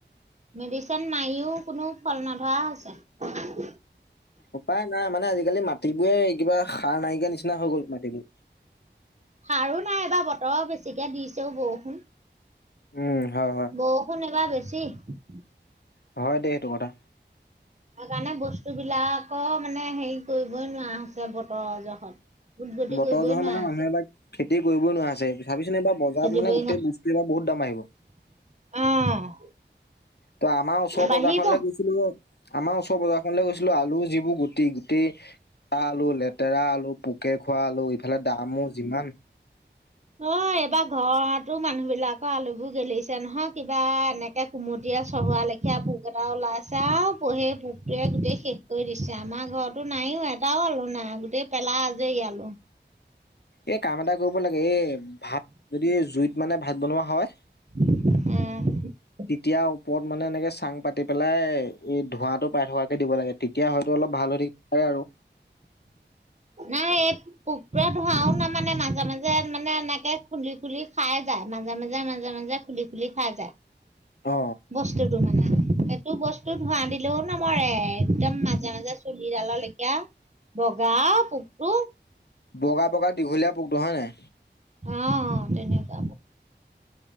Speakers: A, on the right; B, on the left.
A: মেডিচিন মাৰিও কোনো ফল নধৰা হৈছে
B: উপায় নাই মানে আজিকালি মাটিবোৰে কিবা সাৰ নাইকিয়া নিচিনা হৈ গ'ল মাটতিম
A: সাৰো নাই এবাৰ বত ত বেছিকে দিছেও বৰষুণ।
B: উম হয় হয়
A: বৰষুণ এইবাৰ বেছি কি
B: নহয় দে সেইটো কথা
A: সেই কাৰণে বস্তুবিলাকৰ মানে হেৰি কৰিবই নোৱাৰা হৈছে, বতৰ জহত উদগতি
B: বতৰ
A: কৰিবই
B: জহৰ
A: নোৱাৰা
B: মানে মানুহে
A: হৈছে
B: এবাৰ খেতি কৰিবই নোৱাৰা হৈছে চাবিছোন এইবাৰ বজাৰত
A: খেদিবই
B: মানে গোটেই
A: নোৱাৰা
B: বস্তু এবাৰ বহুত দাম বাঢ়িব।
A: অ
B: তহ আমাৰ ওচৰ বজাৰ
A: বাঢ়িব
B: খনলে গৈছিলোঁ। আমাৰ ওচৰ বজাৰ এইফালে গৈছিলো, আলু যিবোৰ গোট টি গুটি, গুটেই আলু লেতেৰা আলু পুকে খোৱা আলু, ইফালে দামো যিমান।
A: অ এইবাৰ ঘৰতো মানুহ বিলাকৰ আলুবোৰ গেলিছে নহয় কিবা এনেকে কুমটীয়া চহোৱা লেখীয়া পোক এটা ওলাইছে আৰু সেই পোকটোৱে গোটেই শেষ কৰি দিছে। আমাৰ ঘৰতো নাইও এটাও আলু নাই গোটেই পেলা আজৰি আলু
B: এ, কাম এটা কৰিব লাগে। এ, ভাত যদি জুইত মানে, ভাত বনোৱা হয়।
A: উম।
B: তেতিয়া ওপৰত মানে, এনেকে চাং পাতি পেলাই, এই ধোঁৱাটো পাই থকাকে দিব লাগে। তেতিয়া হয়তো, অলপ ভাল হৈ থাকি <unintelligible> পাৰে আৰু।
A: নাই, এই, কুকুৰা <unintelligible> আও নামানে। মাজে-মাজে মানে, এনেকে খুলি-খুলি খাই যায়, মাজে-মাজে মাজে-মাজে, খুলি-খুলি খাই যায়।
B: অ
A: বস্তুটো মানে, অ'! এইটো বস্তু ধোঁৱা দিলেও নমৰে, একদম মাজে- মাজে চুলিডাললেখীয়া। বগা পোকটো।
B: বগা-বগা দীঘলীয়া পোকটো, হয় নাই?
A: অ'! তেনেকুৱা।